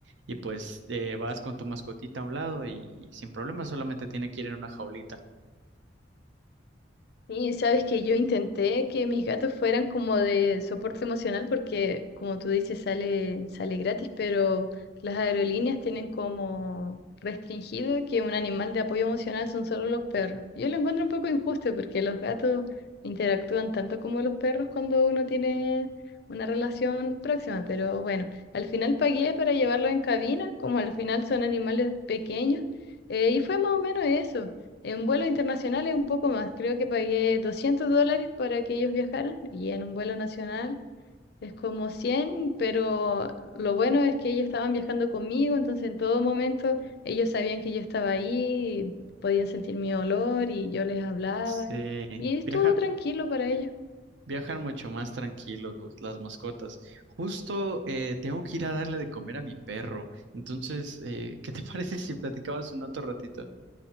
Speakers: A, on the right; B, on the left.
A: Y pues eh, vas con tu mascotita a un lado y, y sin problema, solamente tiene que ir en una jaulita.
B: Sí, sabes que yo intenté que mis gatos fueran como de soporte emocional porque, como tú dices, sale, sale gratis, pero las aerolíneas tienen como restringido que un animal de apoyo emocional son solo los perros. Yo lo encuentro un poco injusto porque los gatos interactúan tanto como los perros cuando uno tiene una relación próxima, pero bueno, al final pagué para llevarlos en cabina, como al final son animales pequeños, eh, y fue más o menos eso. En vuelo internacional es un poco más, creo que pagué 200 dólares para que ellos viajaran y en un vuelo nacional es como 100, pero lo bueno es que ellos estaban viajando conmigo, entonces en todo momento ellos sabían que yo estaba ahí, podían sentir mi olor y yo les hablaba
A: Sí,
B: y estuvo
A: viajan,
B: tranquilo para ellos.
A: viajan mucho más tranquilos los- las mascotas. Justo eh, tengo que ir a darle de comer a mi perro. Entonces, eh, ¿qué te <laughs> parece si platicabas un otro ratito?